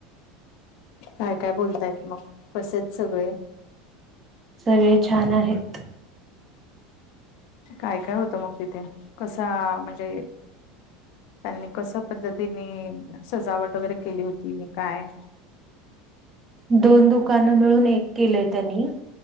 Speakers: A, on the left; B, on the right.
A: काय काय बोलतायत मग कसेच सगळे.
B: सगळे छान आहेत.
A: काय काय होतं मग तिथे कसा म्हणजे. त्यांनी कस पद्धतीने सजावट वगैरे केली होती काय.
B: दोन दुकानं मिळून एक केलेय त्यांनी.